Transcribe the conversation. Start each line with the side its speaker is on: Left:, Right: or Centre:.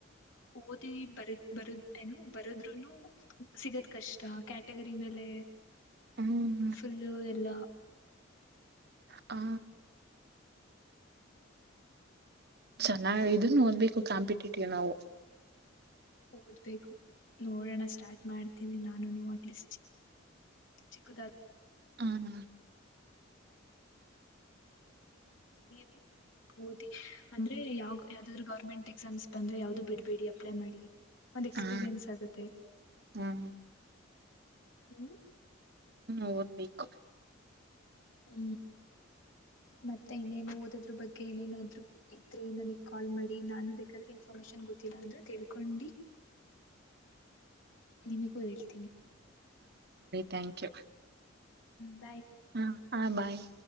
Left: ಓದಿ ಬರ ಬರೋದ್ ಏನು ಬರೋದ್ರುನು ಸಿಗದ್ ಕಷ್ಟ ಕ್ಯಾಟಗರಿ ಮೇಲೆ
Right: ಹ್ಮ್
Left: ಫುಲ್ಲು ಎಲ್ಲಾ
Right: ಹಾ ಚೆನ್ನಾಗ ಇದನ್ ನೋಡ್ಬೇಕು ಕಾಂಪಿಟೇಟಿವ್ ನಾವು
Left: ಓದ್ಬೇಕು ನೋಡೋಣ ಸ್ಟಾರ್ಟ್ ಮಾಡ್ತೀನಿ ನಾನುನು ಅಟ್ಲೀಸ್ಟ್ ಸ ಚಿಕುದ
Right: ಹಾ ಹಾ
Left: ನೀವು ಓದಿ ಅಂದ್ರೆ ಯಾವ ಯಾವ್ದಾದ್ರು ಗವರ್ಮೆಂಟ್ ಎಕ್ಸಾಮ್ಸ್ ಬಂದ್ರೆ ಯಾವ್ದು ಬಿಡ್ಬೇಡಿ ಅಪ್ಲೈ ಮಾಡಿ ಒಂದು ಎಕ್ಸ್ಪೀರಿಯನ್ಸ್
Right: ಹಾ
Left: ಆಗುತ್ತೆ
Right: ಹ್ಮ್
Left: ಹ
Right: ಓದಬೇಕು
Left: ಹೂ ಮತ್ತೆ ಇನ್ನೇನು ಓದೋದ್ರ ಬಗ್ಗೆ ಏೇನಾದ್ರು ಇದ್ರೆ ನನಗ್ ಕಾಲ್ ಮಾಡಿ ನಾನು ಬೇಕಾದ್ರೆ ಇನ್ಫಾರ್ಮೇಶನ್ ಗೊತ್ತ ಗಿಲ್ಲ ಅಂದ್ರೆ ತಿಳ್ಕೊಂಡಿ ನಿಮಗೂ ಹೇಳ್ತೀನಿ
Right: ಥಾಂಕ್ ಯು
Left: ಹೂ
Right: ಹಾ ಹಾ ಬಾಯ್